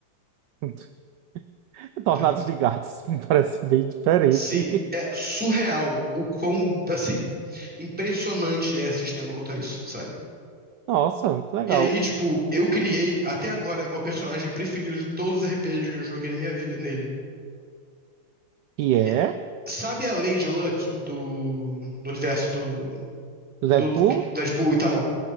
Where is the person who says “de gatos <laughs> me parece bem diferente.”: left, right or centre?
Right